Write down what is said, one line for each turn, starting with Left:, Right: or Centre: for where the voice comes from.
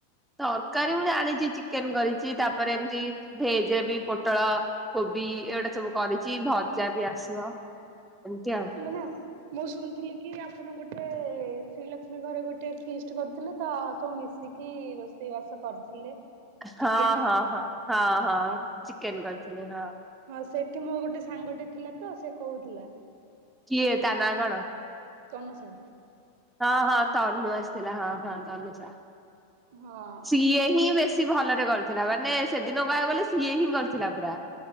Centre: ତକାରୀ ମୁଁ ଜାଣିଚି ଚିକେନ କରିଚି ତାପରେ ଏମିତି ଭେଜ ବି ପୋଟୁଳ କୋବି ଏଉଡା ସବୁ କରିଚି ଭଜା ବି ଆସିବ ଏମିତି ଆଉ।
Right: ହେଲାନା ମୁଁ ଶୁଣିଥିଲି କି ଆପଣ ଗୋଟେ ଶ୍ରୀଲକ୍ଷ୍ମୀ ଘରେ ଗୋଟେ ଫିଷ୍ଟି କରିଥିଲେ ତା ସବୁ ମିଶି ଶିକି ରୋଷେଇବାସ କରିଥିଲେ। ଚିକେନ
Centre: ହଁ ହଁ ହଁ ହଁ ହଁ ଚିକେନ କରିଥିଲେ ହଁ।
Right: ହଁ ସେଠି ମୋ ଗୋଟେ ସାଙ୍ଗଟେ ଥିଲା ତ ସେ କହୁଥିଲା।
Centre: କିଏ ତା ନା କଣ?
Right: ତନୁସା
Centre: ହଁ ହଁ ତନୁ ଆସିଥିଲା ହଁ ହଁ ତନୁସା
Right: ହଁ
Centre: ସିଏ ହିଁ ବେଶୀ ବେଶୀ ଭଲରେ କରିଥିଲା। ମାନେ ସେଦିନ କହିବାକୁ ଗଲେ ସିଏ ହିଁ କରିଥିଲା ପୁରା।